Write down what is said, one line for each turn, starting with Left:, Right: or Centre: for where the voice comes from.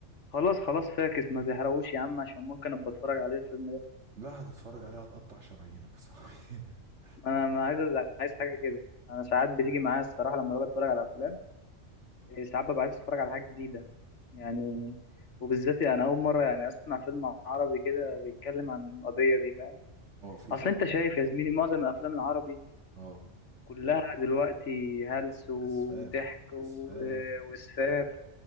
Left: خلاص خلاص فاكس ما تحرقوش يا عم عشان ممكن ابقى اتفرج عليه الفيلم ده
Right: لا هتتفرج عليها هتقطع شرايينك يا صاحبي <laughs>
Left: انا ما عايز عايز حاجه كده انا ساعات بتيجي معايا الصراحه لما ببقى اتفرج على افلام إيه، ساعات ببقى عايز اتفرج على حاجه جديده يعني وبالذات يعني انا اول مره يعني اسمع فيلم عربي كده بيتكلم عن القضيه دي فاهم
Right: اه في
Left: اصل
Right: فيلم
Left: انت شايف يا زميلي معظم الافلام العربي
Right: اه
Left: كلها دلوقتي هلس وضحك
Right: اسفاف
Left: و-
Right: اسفاف
Left: وسفاف